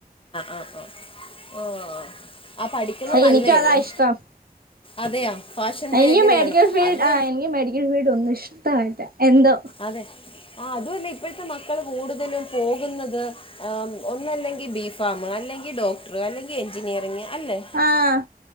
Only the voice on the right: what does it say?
എനിക്കതാ
ഇഷ്ടം
എനിക്ക് മെഡിക്കൽ ഫീൽഡ്
ആഹ് എനിക്ക് മെഡിക്ക- ഫീടൊന്നും ഇഷ്ടയില്ല എന്തോ
ആഹ്